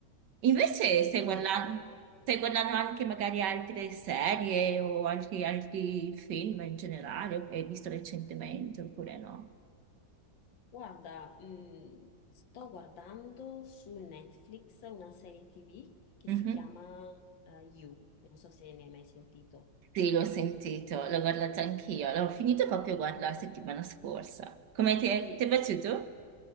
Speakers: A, on the right; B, on the left.
A: Invece stai
B: Capito.
A: guardando, stai guardando anche magari altre serie o altri, altri film in generale, che hai visto recentemente oppure no?
B: Guarda, mh, sto guardando su Netflix una serie TV che
A: Mhm.
B: si chiama eh, You, non so se ne hai mai sentito.
A: Sì, l'ho sentito, l'ho guardato anch'io, l'ho finito proprio guarda, la settimana scorsa. Come ti è,
B: Sì,
A: ti è piaciuto?
B: sì.